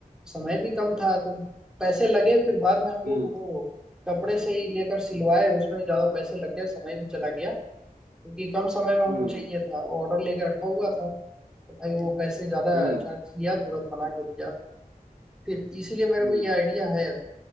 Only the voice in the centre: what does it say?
समय भी कम था तो पैसे लगे फिर बाद में हम लोग
वो कपड़े से ही लेकर सिलवाए उसमें ज्यादा पैसे लग गए समय भी चला गया क्योंकि कम समय में हमको
चाहिए था ऑर्डर लेके रखा हुआ था तो भाई वो पैसे ज्यादा
चार्ज किया तुरंत बना के दिया फिर इसीलिए मेरे
को ये आइडिया है